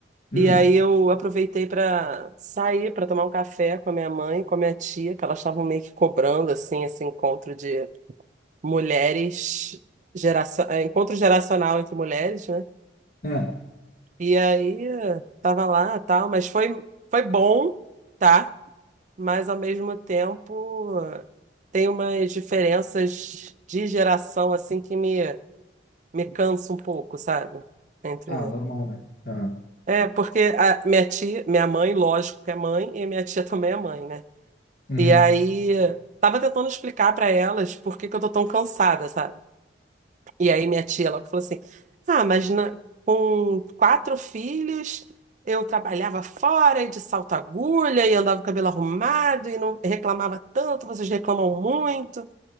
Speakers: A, on the left (about 50°); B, on the right (about 40°).
A: Hum.
B: e aí eu aproveitei para sair para tomar um café com a minha mãe, e com a minha tia, que elas estavam meio que cobrando assim esse encontro de mulheres geração, é, encontro geracional entre mulheres, né?
A: Ah,
B: E aí eh, tava lá, tal, mas foi foi bom, tá? mas ao mesmo tempo tem umas diferenças de geração assim que me me cansa um pouco, sabe? Entre
A: ah, normal, né? Aham.
B: É, porque a minha tia, minha mãe, lógico que é mãe, e minha tia também é mãe, né?
A: Uhum.
B: E aí tava tentando explicar pra elas por que que eu tô tão cansada, sabe? E aí minha tia logo falou assim: Ah, mas na- com quatro filhos eu trabalhava fora e de salto agulha e andava com o cabelo arrumado e não reclamava tanto, vocês reclamam muito,